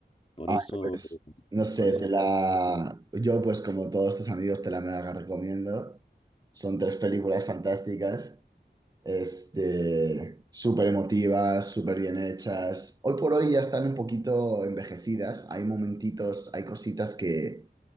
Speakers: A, on the left; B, on the right.
A: Por
B: Ay,
A: eso,
B: pues, no sé,
A: por eso
B: te
A: sí
B: la...
A: quisiera.
B: Yo, pues, como todos tus amigos, te la mega recomiendo. Son tres películas fantásticas, este, súper emotivas, súper bien hechas. Hoy por hoy ya están un poquito envejecidas. Hay momentitos, hay cositas que